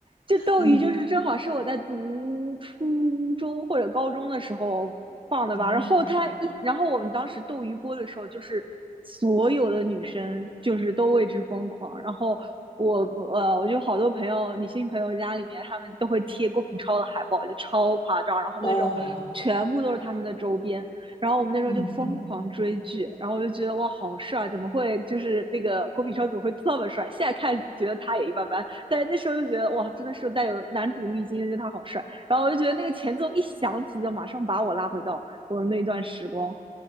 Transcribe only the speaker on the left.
嗯，哦，
哦，
嗯嗯。